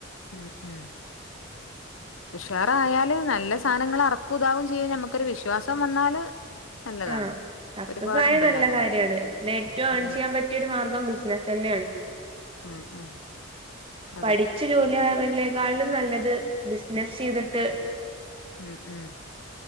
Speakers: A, on the left (about 70°); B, on the right (about 25°).
A: ഉം ഉം ഉഷാറായാല് നല്ല സാധനങ്ങൾ അറക്കൂതാവും ചെയ്യാ നമ്മുക്കൊരു വിശ്വാസം വന്നാല് നല്ലതാണ്
B: ആഹ് സക്സസായ
A: ഒരുപാടുണ്ടല്ലോ
B: നല്ല
A: അങ്ങനെ
B: കാര്യാണ് നെറ്റ് ഒൺ
A: ഉം
B: ചെയ്യാൻ പറ്റിയൊരു മാർഗം ബിസിന തന്നെണ്.
A: ഉം ഉം അതെ
B: പഠിച്ച് ജോല്യായ ഇലേക്കാളിലും നല്ലത് ബിസിനസെയ്തിട്ട്
A: ഉം ഉം